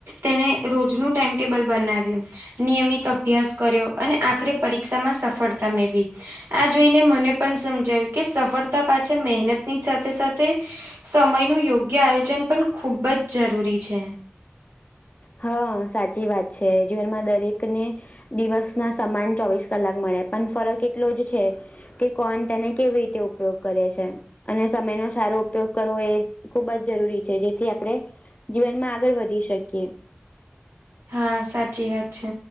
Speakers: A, on the right (about 75°); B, on the left (about 35°).
A: તેને રોજનું ટાઈમટેબલ બનાવ્યું. નિયમિત અભ્યાસ કર્યો અને આખરે પરીક્ષામાં સફળતા મેળવી. આ જોઈને મને પણ સમજાવ્યું કે સફળતા પાછા મહેનતની સાથે સાથે સમયનું યોગ્ય આયોજન પણ ખૂબ જ જરૂરી છે.
B: હા, સાચી વાત છે. જીવનમાં દરેક ને દિવસ ના સમાન ચોવીસ કલાક મળે પણ ફરક એટલો જ છે. કે કોન તેને કેવી રીતે ઉપયોગ કરે છે. અને સમયનો સારો ઉપયોગ કરવો એ ખૂબ જ જરૂરી છે જેથી આપડે, જીવનમાં આગળ વધી શકીએ.
A: હા સાચી વાત છે.